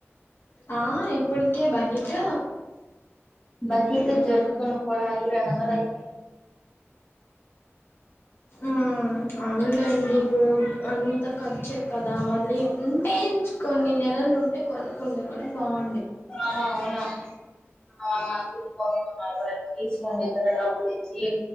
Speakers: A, on the left; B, on the left.
A: ఆ ఇప్పుటికే బకెట్
B: బకెట్ జగ్గు కొనుక్కోడానికి ఈ రెండొందలు అయిపోయాయి.
A: ఆ ఆ అవునండి ఇప్పుడు అంత ఖర్చే కదా మళ్ళీ ఉంటే కొన్ని నె నెలలు ఉంటే కొనుక్కుంటే కూడా బాగు
B: ఆ అవును అవును మంచిది కొనుకున్ అవురా తీసుకుంది ఇక్కడ డబ్బులిచ్చి